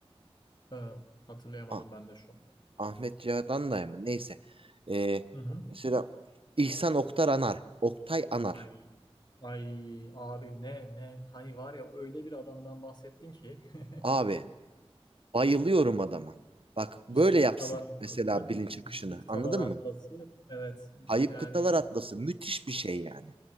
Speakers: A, on the left (about 40°); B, on the right (about 60°).
A: Ha, hatırlayamadım
B: Ah,
A: ben de şu an.
B: Ahmet Cihat Anday mı? Neyse. Ee,
A: Hı hı.
B: mesela İhsan Oktar Anar. Oktay Anar.
A: Ay, ay abi ne ne hani var ya öyle bir adamdan bahsettin ki <laughs>
B: Abi bayılıyorum adama. Bak böyle
A: Puslu
B: yapsın
A: Kıtalar Atlası
B: mesela bilinç akışını.
A: Puslu Kıtalar
B: Anladın
A: Atlası
B: mı?
A: evet
B: Ayıp
A: yani
B: Kıtalar Atlası müthiş bir şey yani.